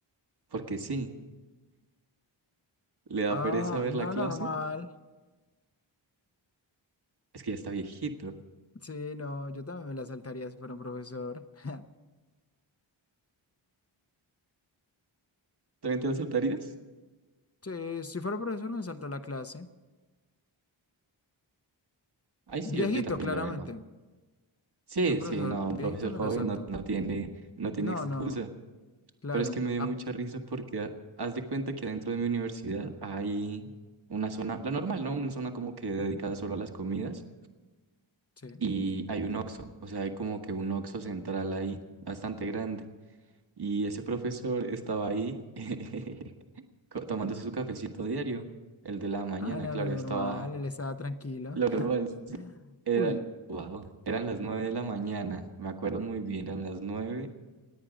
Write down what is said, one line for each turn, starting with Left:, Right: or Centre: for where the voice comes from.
Right: porque sí, le da
Left: Ah,
Right: pereza ver
Left: no,
Right: la clase.
Left: normal.
Right: Es que ya está viejito.
Left: Sí, no, yo también me la saltaría si fuera un profesor. <laughs>
Right: ¿También te la saltarías?
Left: Sí, si fuera profesor me salto la clase.
Right: Ay, sí,
Left: Viejito,
Right: yo, yo también,
Left: claramente.
Right: la verdad. Sí,
Left: Si un profesor
Right: sí, no, un
Left: viejito
Right: profesor
Left: me
Right: joven
Left: la salto.
Right: no, no tiene, no
Left: No,
Right: tiene excusa.
Left: no, claro.
Right: Pero es que me dio
Left: Ah,
Right: mucha risa porque ha- haz de cuenta que adentro de mi universidad hay una zona, la normal, ¿no? Una zona como que dedicada solo a las comidas
Left: sí.
Right: y hay un Oxxo, o sea, hay como que un Oxxo central ahí, bastante grande. Y ese profesor estaba ahí <laughs> co- tomándose su cafecito diario, el de la mañana,
Left: Ah, no,
Right: claro,
Left: lo normal,
Right: estaba
Left: él estaba tranquilo.
Right: lo
Left: <laughs>
Right: normal. Eran,
Left: Uy.
Right: wow, eran las nueve de la mañana, me acuerdo muy bien, eran las nueve